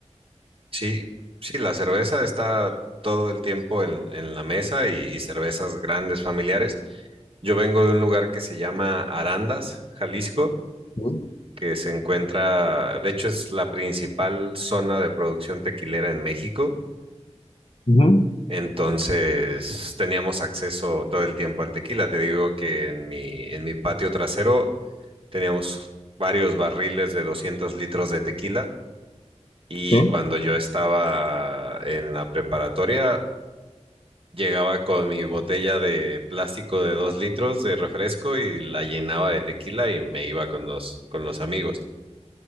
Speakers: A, on the right; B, on the left.
A: Sí, sí, la cerveza está todo el tiempo en, en la mesa y, y cervezas grandes familiares. Yo vengo de un lugar que se llama Arandas, Jalisco,
B: Ujú,
A: que se encuentra, de hecho es la principal zona de producción tequilera en México.
B: ujú,
A: Entonces teníamos acceso todo el tiempo al tequila. Te digo que en mi, en mi patio trasero teníamos varios barriles de 200 litros de tequila. Y
B: sí,
A: cuando yo estaba en la preparatoria, Llegaba con mi botella de plástico de dos litros de refresco y la llenaba de tequila y me iba con los, con los amigos.